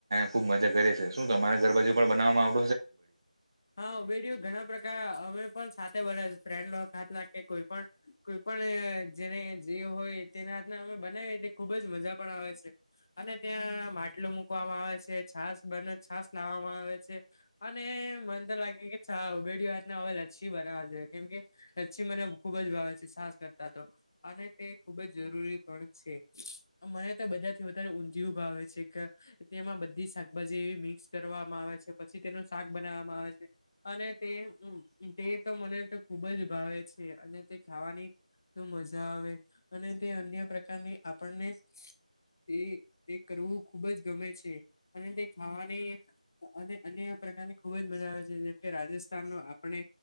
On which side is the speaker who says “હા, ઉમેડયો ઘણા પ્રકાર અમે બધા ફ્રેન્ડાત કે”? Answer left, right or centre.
Left